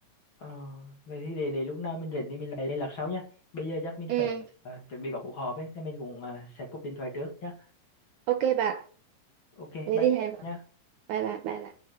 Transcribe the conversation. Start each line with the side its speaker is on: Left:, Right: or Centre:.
Left: Ờ, vậy thì để để lúc nào mình rảnh thì mình lại liên lạc sau nhá. Bây giờ chắc mình
Right: Ừ,
Left: phải ờ, chuẩn bị có cuộc họp ấy, nên mình cũng ờ, sẽ cúp điện thoại trước nhá.
Right: ok bạn.
Left: Ok,
Right: Vậy
Left: bye
Right: thì
Left: bye.
Right: hẹn.
Left: nhá.
Right: Bye bye. Bye bye.